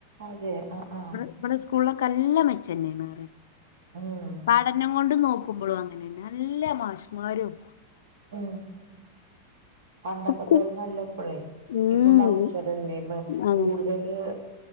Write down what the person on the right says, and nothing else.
അതെ ആഹ് ആഹ്
ഉം
ഏഹ് പണ്ടത്തെ
പോലെ അല്ല ഇപ്പളേ
ഇപ്പൊ മത്സരംല്ല
കൂടു ഇവല്